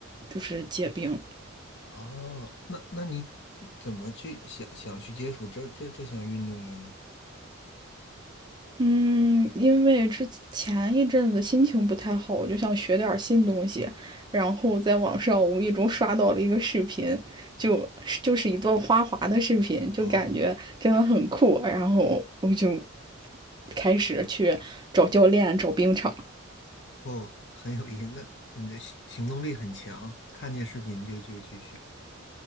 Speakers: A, on the right; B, on the left.
A: 就是结冰，
B: 哦，那那你怎么去想想去接触这这这项运动的呢？
A: 嗯，因为之前一阵子心情不太好，我就想学点儿新东西，然后在网上无意中刷到了一个视频，就就是一段花滑的视频，就感觉真的很酷，
B: 哦
A: 然后我就开始去找教练、找冰场。
B: 哦，很有意思，那你的行行动力很强，看见视频就就去学了